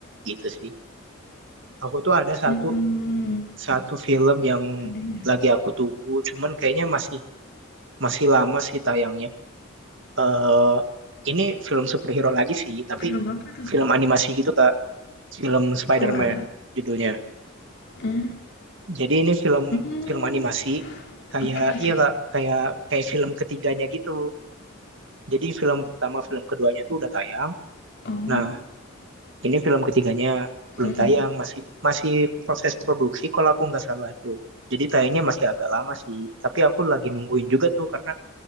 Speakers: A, on the right; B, on the left.
A: gitu sih. Aku tuh ada satu
B: Mhm.
A: satu film yang
B: Mhm.
A: lagi aku tunggu, cuman kayaknya masih masih lama sih tayangnya. eh ini film superhero lagi sih, tapi
B: Film apa tuh?
A: film animasi gitu Kak, film Spider-Man
B: Wah,
A: judulnya.
B: mmm.
A: Jadi ini film
B: Hmm,
A: film animasi kayak
B: oke oke.
A: iya kak kayak kayak film ketiganya gitu. Jadi film pertama film keduanya tuh udah tayang.
B: Oh,
A: Nah ini film ketiganya belum
B: mhm
A: tayang masih masih proses produksi kalau aku nggak salah tuh. Jadi tayangnya masih agak lama sih. Tapi aku lagi nungguin juga tuh karena